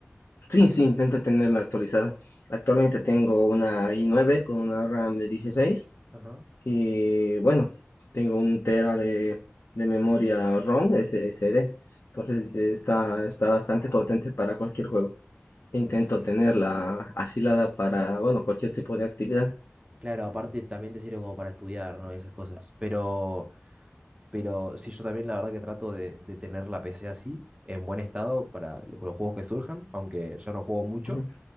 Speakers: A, on the left (about 70°); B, on the right (about 25°).
A: Sí, sí, intento tenerla actualizada. Actualmente tengo una i nueve con una RAM de dieciséis
B: Ajá.
A: Y bueno, tengo un tera de, de memoria ROM, S- SD. Entonces eh, está, está bastante potente para cualquier juego. Intento
B: Uf,
A: tenerla afilada para, bueno, cualquier tipo de actividad.
B: claro, aparte también te sirve como para estudiar, ¿no? Y esas cosas. Pero, pero sí, yo también la verdad que trato de, de tener la PC así, en buen estado, para los los juegos que surjan, aunque yo no juego mucho.
A: Ujú.